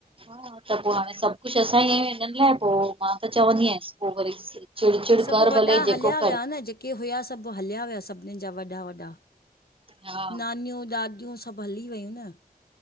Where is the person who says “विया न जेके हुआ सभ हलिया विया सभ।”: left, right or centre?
Left